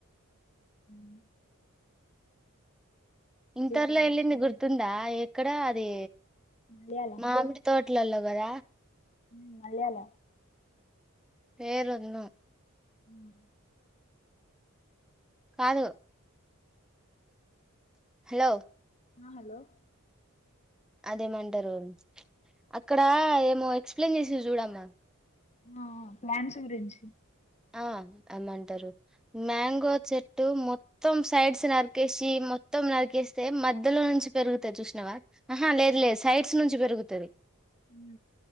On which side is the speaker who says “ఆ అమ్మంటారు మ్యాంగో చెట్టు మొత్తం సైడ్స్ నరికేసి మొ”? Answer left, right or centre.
Centre